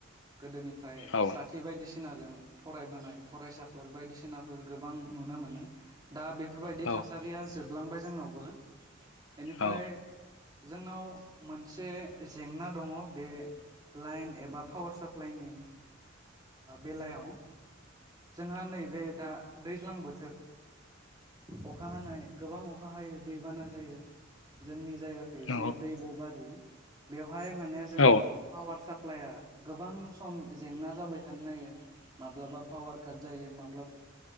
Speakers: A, on the right; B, on the left.
A: गोदोनिफ्राय
B: औ
A: साथि बायदिसिनाजों फरायबोनाय फरायसाफोर बायदिसिनाफोर गोबां नुनो मोनो दा बेफोरबायदि थासारिया
B: औ
A: जोबलांबाय जोंनावबो बेनिफ्राय
B: औ
A: जोंनाव मोनसे जेंना दङ बे लाइन एबा पावार साप्लाइनि बेलायाव जोंहा नैबे दा दैज्लां बोथोर अखा हानाय गोबां अखा हायो दैबाना जायो जोंनि जायगाखै एसे
B: नंगौ
A: दैब बारि बेवहाय माने जोंनाव
B: औ
A: पावार साप्लाइआ गोबां सम जेंना जाबाय थानो नायो। माब्लाबा पावार काट जायो माब्लाबा